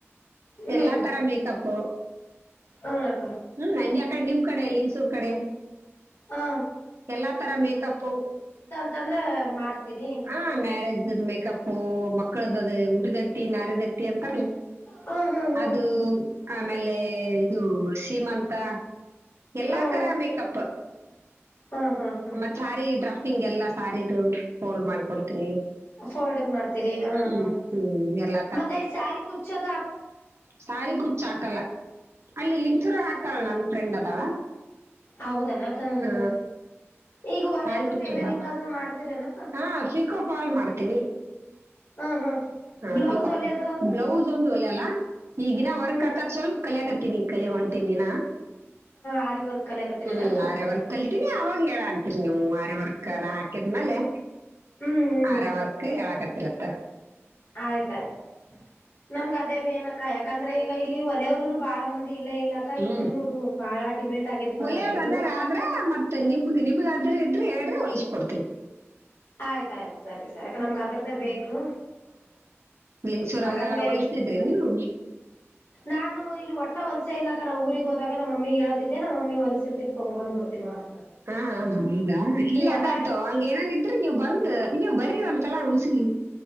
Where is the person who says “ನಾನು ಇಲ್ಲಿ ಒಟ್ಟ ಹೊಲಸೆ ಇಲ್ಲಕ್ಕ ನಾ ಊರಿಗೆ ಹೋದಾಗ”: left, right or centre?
Left